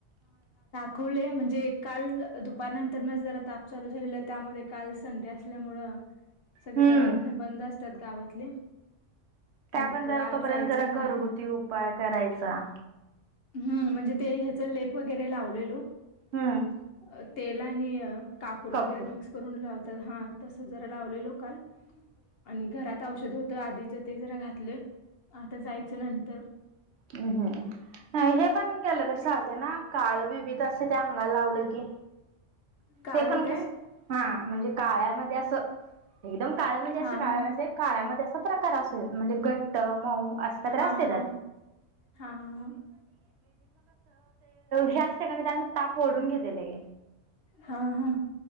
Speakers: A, on the left; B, on the right.
A: खुले म्हणजे काल दुपारनंतर न जरा ताप चालू झालेला त्यामध्ये काल संडे असल्यामुळ सगळे
B: हम्म
A: दवाखने बंद असतात गावातले
B: त्या
A: मग
B: पण ज
A: आज
B: तोपर्यंत
A: जायचंय
B: जरा
A: बाहेर
B: घरगुती उपाय करायचा.
A: हम्म म्हणजे ते ह्याच लेप वगैरे लावलेलो
B: हम्म.
A: अ, तेल आणि कापूर
B: कपूर.
A: वगैरे मिक्स करून लावत तर हा तसं जरा लावलेलो काल आणि घरात औषध होत आधीच ते जरा घातले आता जायचं नंतर
B: हम् हम्म हे पण केलं तरी चालते ना. काळ विभीत असं ते अंगाला लावलं की
A: काळ
B: ते पण कस
A: काय
B: हा म्हणजे काळ्यामध्ये असं एकदम काळ म्हणजे
A: हा
B: असं काळ
A: हा
B: न काळ्यामध्ये असा प्रकार असेल म्हणजे घट्ट मऊ असं का
A: हा
B: असत ण
A: हा हा हा हा
B: हच ठिकाणी त्यांनी ताप ओढून घेतलेले
A: हा हा